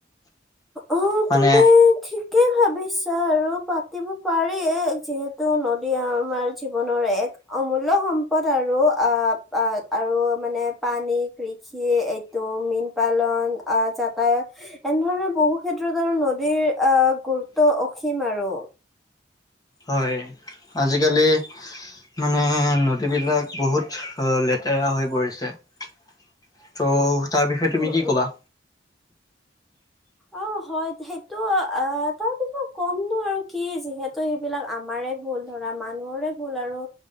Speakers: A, in the centre; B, on the left.
A: অ',
B: মানে
A: তুমি ঠিকেই ভাবিছা, আৰু পা দিব পাৰি যিহেতু নদী আমাৰ জীৱনৰ এক অমূল্য সমপ পদ আৰু আ, আ। আৰু মানে পানী কৃষি এইটো মীন পালন আহ যাতায়ত এনেধৰণৰ বহু ক্ষেত্ৰত আৰু নদীৰ আহ গুৰুত্ব অসীম আৰু।
B: হয় আজিকালি মানে নদীবিলাক বহুত লেতেৰা হৈ পৰিছে ত' তাৰ বিষয়ে তুমি
A: উম
B: কি
A: উম
B: ক'বা?
A: অ', হয় সেইটো আহ তাৰ বিষয়ে ক'মনো আৰু কি যিহেতু সেইবিলাক আমাৰে ভুল ধৰা মানুহৰে ভুল আৰু